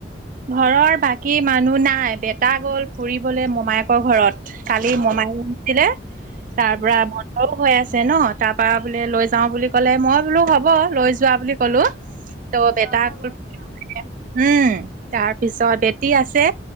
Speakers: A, on the right (about 50°); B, on the right (about 65°).
A: ঘৰৰ বাকী মানুহ নাই, দেতা গ'ল ফুৰিবলৈ মোমায়েকৰ ঘৰত। কালি
B: অ',
A: মোমাইয়েক আহিছিলে। তাৰ পৰা
B: অ',
A: সৰু হৈ আছে ন, তাৰ পৰা বোলে লৈ যাও বুলি ক'লে, মই বোলো হ'ব লৈ যোৱা বুলি কলো। ত, বেটাক
B: গৰমৰ বন্ধ
A: উম,
B: ন
A: তাৰ পিছত বেটি আছে,